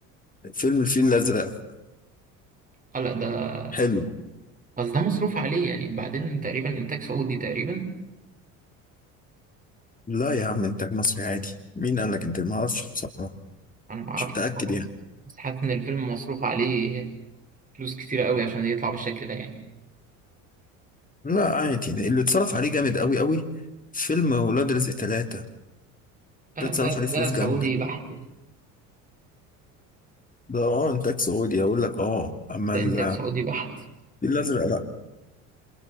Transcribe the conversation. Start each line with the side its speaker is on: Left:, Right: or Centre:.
Left: فيلم الفيل الأزرق
Right: آه لا ده
Left: حلو
Right: بس ده مصروف عليه يعني بعدين تقريبا إنتاج سعودي تقريبا
Left: لا يا عم إنتاج مصري عادي مين قال لك إنتاج ما أعرفش بصراحة
Right: أنا ما أعرفش
Left: مش متأكد
Right: بصراحة
Left: يعني
Right: بس بس حاسس إن الفيلم مصروف عليه فلوس كتيرة قوي عشان يطلع بالشكل ده يعني
Left: لا عادي ده اللي اتصرف عليه جامد أوي أوي فيلم ولاد رزق ثلاثة
Right: آه
Left: ده
Right: لا
Left: اتصرف
Right: ده
Left: عليه
Right: ده
Left: فلوس جامدة
Right: سعودي بحت
Left: ده اه إنتاج سعودي أقول لك اه أما
Right: ده
Left: ال-
Right: إنتاج سعودي بحت
Left: الفيل الأزرق لا